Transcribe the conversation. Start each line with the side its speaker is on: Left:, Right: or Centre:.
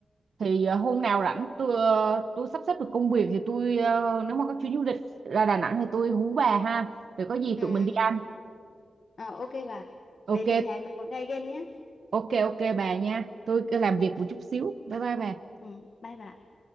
Right: thì ờ, hôm nào rảnh tôi ờ, tôi sắp xếp được công việc thì tôi ờ, nếu mà có chuyến du lịch ra Đà Nẵng thì tôi hú bà ha. Rồi có gì
Left: Ừm,
Right: tụi mình đi ăn.
Left: ờ, ok bạn
Right: Ok,
Left: về thì hẹn bạn một ngày gần nhé
Right: ok ok bà nha. Tôi cứ làm
Left: Ừm,
Right: việc một chút xíu. Bye bye bà.
Left: ừm, bye bạn